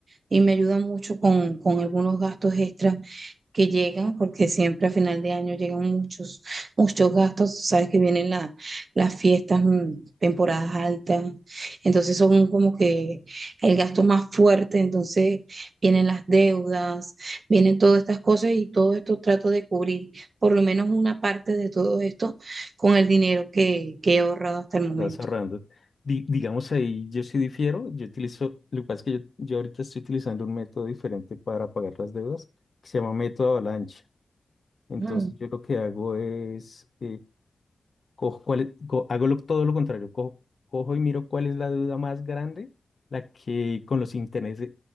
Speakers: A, on the right (about 65°); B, on the left (about 45°).
A: y me ayuda mucho con, con algunos gastos extras que llegan, porque siempre a final de año llegan muchos, muchos gastos, sabes que vienen la- las fiestas, mm, temporadas altas, entonces son como que el gasto más fuerte, entonces vienen las deudas, vienen todas estas cosas y todo esto trato de cubrir por lo menos una parte de todo esto con el dinero que, que he ahorrado hasta el momento.
B: Te vas ahorrando. Di- digamos ahí, yo sí difiero, yo utilizo, lo que pasa es que yo, yo ahorita estoy utilizando un método diferente para pagar las deudas, que se llama método avalancha. Entonces
A: Mm,
B: yo lo que hago es, eh, cojo cuál es- co- hago lo- todo lo contrario, cojo, cojo y miro cuál es la deuda más grande, la que con los intereses,